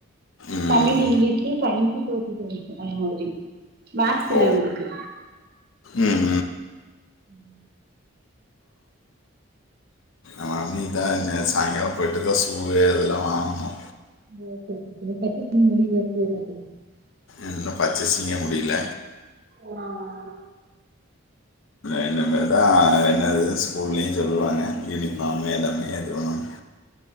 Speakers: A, on the left; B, on the right.
A: ம்
B: தமிழ் இங்லிஸ் சைன்ஸ் சரி சரி அந்த மாதிரி மாக்ஸ்
A: ஓ
B: இல்ல இவங்களுக்கு
A: ம்
B: <inaudible>
A: ம் இன்னிகிதா சாய்ங்காலம் போயிட்டுதான் சூவு இதெல்லாம் வாங்கணும
B: <unintelligible>
A: இன்னும் பர்ச்சேஸிங்கே முடியல
B: உஹ்
A: இனிமே தான் என்னது ஸ்கூல்லயும் சொல்லுவாங்க யூனிஃபார்ம் எல்லாமே இது பண்ணுவாங்க